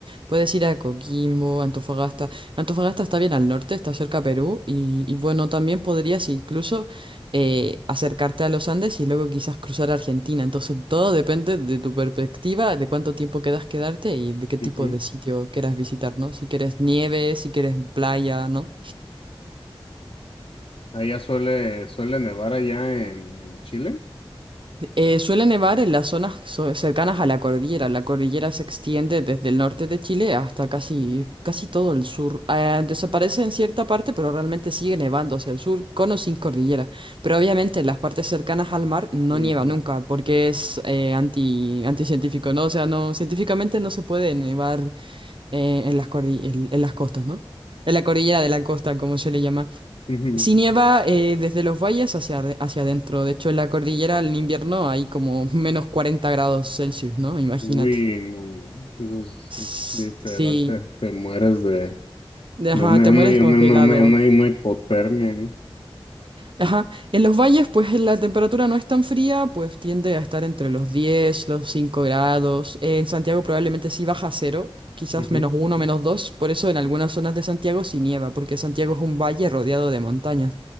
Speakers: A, on the right; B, on the left.
A: Puedes ir a Coquimbo, Antofagasta. Antofagasta está bien al norte, está cerca a Perú. Y, y bueno, también podrías incluso eh, acercarte a los Andes y luego quizás cruzar a Argentina. Entonces todo depende de tu perspectiva, de cuánto tiempo quedas quedarte y de qué tipo
B: mhm.
A: de sitio quieras visitar, ¿no? Si quieres nieve, si quieres playa, ¿no?
B: Allá suele, suele nevar allá en, en Chile.
A: Eh, suele nevar en las zonas so- cercanas a la cordillera. La cordillera se extiende desde el norte de Chile hasta casi, casi todo el sur. Eh, desaparece en cierta parte, pero realmente sigue nevando hacia el sur, con o sin cordillera. Pero obviamente en las partes cercanas al mar no
B: Ujú,
A: nieva nunca, porque es eh, anti, anticientífico, ¿no? O sea, no, científicamente no se puede nevar eh, en las cordi- en en las costas, ¿no? En la cordillera de la costa, como se le llama.
B: ujú.
A: Sí nieva eh, desde los valles hacia, ade- hacia adentro. De hecho, en la cordillera en invierno hay como menos 40 grados Celsius, ¿no? Imagínate.
B: Uy, no, no, eso es-
A: Sí,
B: es literal, te, te mueres de, de
A: ajá,
B: una,
A: te
B: una,
A: mueres congelado.
B: una, una, una- una hipotermia, ¿no?
A: Ajá, en los valles pues la temperatura no es tan fría, pues tiende a estar entre los 10, los 5 grados. En Santiago probablemente sí baja a cero, quizás
B: Ujú.
A: menos uno, menos dos. Por eso en algunas zonas de Santiago sí nieva, porque Santiago es un valle rodeado de montañas.